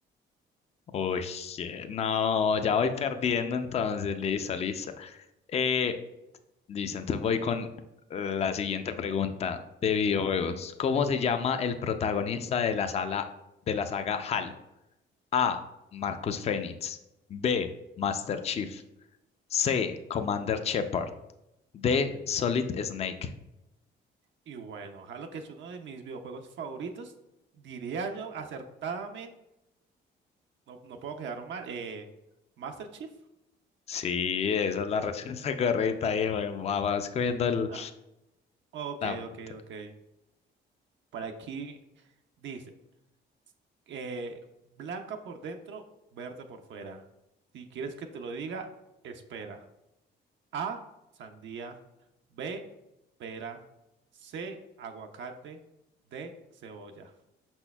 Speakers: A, on the left (about 30°); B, on the right (about 70°).
A: Uy, je- no, ya voy perdiendo entonces. Listo, listo. Eh, listo, entonces voy con la siguiente pregunta de videojuegos. ¿Cómo se llama el protagonista de la sala de la saga Halo? A. Marcus Fenix. B. Master Chief. C. Commander Shepard. de Solid Snake.
B: Y bueno, Halo, que es uno de mis videojuegos favoritos, diría yo acertadamente, no, no puedo quedar mal. Eh, ¿Master Chief?
A: Sí, esa es la respuesta <laughs> correcta. Ahí va- vas comiendo el,
B: Ah, ok,
A: la punta.
B: ok, ok. Por aquí dice. eh, blanca por dentro, verde por fuera. Si quieres que te lo diga, espera. A, sandía. B, pera. C, aguacate. D, cebolla.